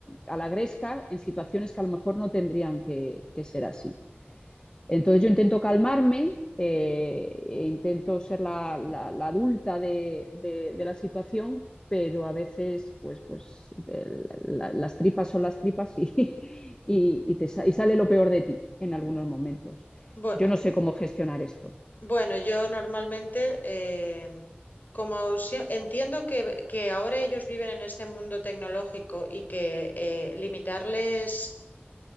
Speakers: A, on the left (about 20°); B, on the left (about 45°).
A: a la gresca en situaciones que a lo mejor no tendrían que, que ser así. Entonces yo intento calmarme, eh, e intento ser la, la, la adulta de, de, de, la situación, pero a veces pues, pues la, las tripas son las tripas y, <laughs> y, y, te, y, sale lo peor de ti en algunos momentos.
B: Bueno.
A: Yo no sé cómo gestionar esto.
B: Bueno, yo normalmente, eh, como sie- entiendo que, que ahora ellos viven en este mundo tecnológico y que eh, limitarles